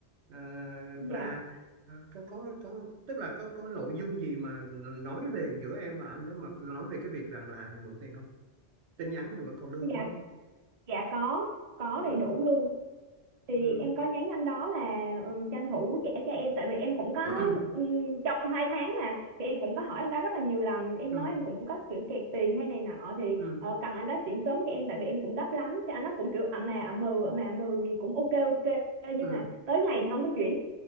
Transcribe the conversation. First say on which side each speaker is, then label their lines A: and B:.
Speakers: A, on the right; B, on the right.
A: à,
B: dạ
A: và ờ, có có có tức là có có nội dung gì mà nói về giữa em và anh đó mà nói về cái việc rằng là mượn tiền không tin nhắn em vẫn còn lưu
B: dạ
A: đúng không
B: dạ có có
A: ừ
B: đầy đủ luôn thì
A: ừ
B: em có nhắn anh đó là ừ, tranh thủ trả cho em tại vì em cũng có
A: <clears throat>
B: ừm, trong hai tháng mà thì em cũng có hỏi anh đó rất là nhiều lần em
A: ừ
B: nói em cũng có kiểu kẹt tiền hay này nọ thì
A: ừ
B: ờ, cần anh đó chuyển sớm cho em tại vì em cũng gấp lắm thì anh đó cũng kiểu ậm mà ậm mừ ậm mà ậm mừ gì cũng ok ok nhưng
A: ừ
B: mà tới ngày thì không có chuyển